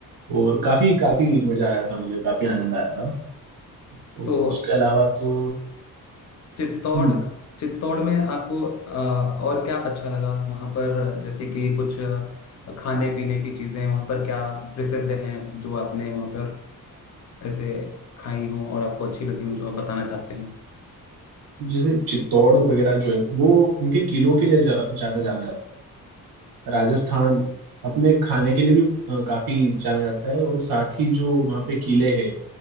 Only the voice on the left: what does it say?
तो
चित्तौड़
चित्तौड़ में आपको अ, और क्या अच्छा लगा वहाँ पर जैसे कि कुछ अ, खाने पीने की चीजें वहाँ पर क्या प्रसिद्ध हैं जो आपने वहाँ पर ऐसे खाई हो और आपको अच्छी लगी हो जो आप बताना चाहते हैं